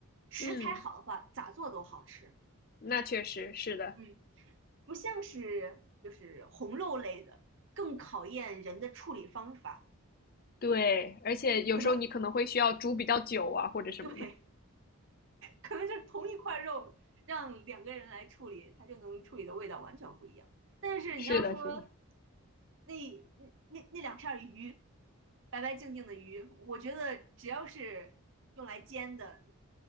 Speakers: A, on the right (about 55°); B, on the left (about 40°).
A: 食材好的话，
B: 嗯，
A: 咋做都好吃。
B: 那确实是的，
A: 嗯。不像是就是红肉类的，更考验人的处理方法。
B: 对，而且有时候你可能会需要煮比较久啊，
A: 就可能，嗯，<laughs>
B: 或者什么的。
A: 对，可能就是同一块肉，让两个人来处理，它就能处理的味道完全不一样。但是你要说
B: 是的，是的，
A: 那那那那两片鱼，白白净净的鱼，我觉得只要是用来煎的，